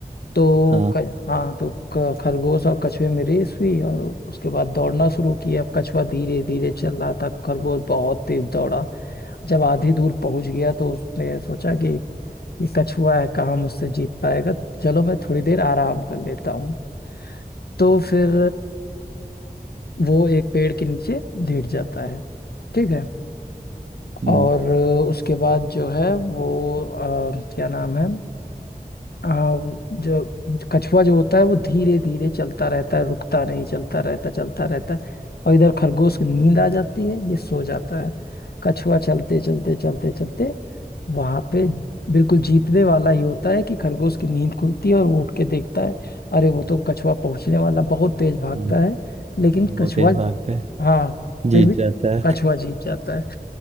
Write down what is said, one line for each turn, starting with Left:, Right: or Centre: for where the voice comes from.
Left: तो
Right: हाँ
Left: क, हाँ तो क- खरगोश और कछुए में रेस हुई और उसके बाद दौड़ना शुरू किया अब कछुआ धीरे धीरे चल रहा था खरगोश बहुत तेज दौड़ा जब आधी दूर पहुंच गया तो उसने सोचा कि ये कछुआ है कहाँ मुझसे जीत पाएगा चलो मैं थोड़ी देर आराम कर लेता हूँ तो फिर वो एक पेड़ के नीचे लेट जाता है ठीक है
Right: हम्म
Left: और उसके बाद जो है वो अ, क्या नाम है हाँ वो जो कछुआ जो होता है वो धीरे धीरे चलता रहता है रुकता नहीं चलता रहता चलता रहता है और इधर खरगोश की नींद आ जाती है ये सो जाता है कछुआ चलते चलते चलते चलते वहां पे बिल्कुल जीतने वाला ही होता है कि खरगोश की नींद खुलती है और वो उठ के देखता है अरे वो तो कछुआ पहुंचने वाला बहुत तेज
Right: हम्म,
Left: भागता है लेकिन
Right: बहुत
Left: कछुआ
Right: तेज भागता है
Left: हाँ
Right: जीत
Left: फिर भी
Right: जाता है
Left: कछुआ जीत जाता है